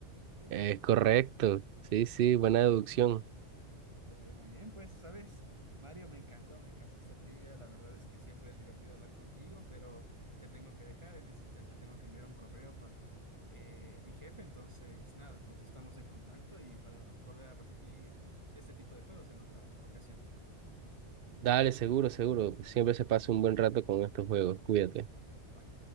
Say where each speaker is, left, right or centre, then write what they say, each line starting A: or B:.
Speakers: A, on the right; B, on the right.
A: Sí,
B: es correcto. Sí, sí, buena
A: qué
B: deducción.
A: Muy bien, muy bien. Pues, sabes, Mario, me encantó, me encantó esta trivia. La verdad es que siempre es divertido hablar contigo, pero te tengo que dejar. En ese instante tengo que enviar un correo para eh, mi jefe. Entonces, nada, pues estamos en contacto y para volver a repetir este tipo de juegos en otra ocasión.
B: Dale, seguro, seguro. Siempre se pasa un buen rato con estos juegos. Cuídate.
A: Bye.